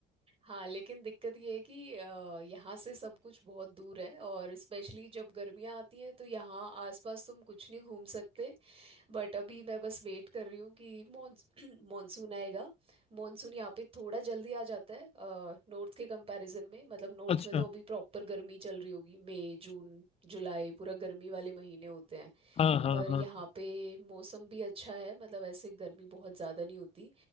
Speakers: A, on the right; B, on the left.
A: हाँ लेकिन दिक्कत ये है कि अ, यहाँ से सब कुछ बहुत दूर है और स्पेशली जब गर्मियाँ आती हैं तो यहाँ आसपास तुम कुछ नहीं घूम सकते बट अभी मैं बस वेट कर रही हूँ कि मॉनसून <clears throat> आएगा मॉनसून यहाँ पे थोड़ा जल्दी आ जाता है नॉर्थ के कंपैरिजन में मतलब नॉर्थ
B: अच्छा
A: में तो अभी प्रॉपर गर्मी चल रही होगी मई जून जुलाई पूरा गर्मी वाले महीने होते हैं
B: हाँ हाँ
A: पर
B: हाँ
A: यहाँ पे मौसम भी अच्छा है मतलब ऐसे गर्मी बहुत ज़्यादा नहीं होती